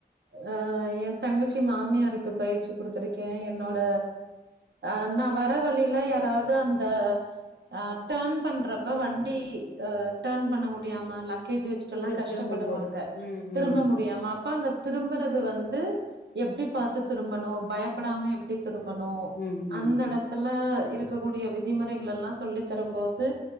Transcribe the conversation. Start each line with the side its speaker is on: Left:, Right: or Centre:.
Right: அ எ தங்கச்சி மாமியாருக்கு பயிற்சி குடுத்திருக்கே என்னோட அ நா வர வழில யாராது அந்த அ டர்ன் பண்றப்ப வண்டி அ டர்ன் பண்ண முடியாம லக்கேஜ் வச்சு இப்பல்லா
Left: திரும்ப
Right: கஷ்டப்படுவாங்க
Left: திரும்பும்போது ம்
Right: திரும்ப
Left: ம்
Right: முடியாம அப்ப அந்த திரும்பறது வந்து எப்டி பாத்து திரும்பணு பய ப்படாம எப்டி திரும்பணு
Left: ம் ம்
Right: அந்த எடத் த்துல இருக்ககூடிய விதிமுறைகலெல்லா சொல்லி தரும் போது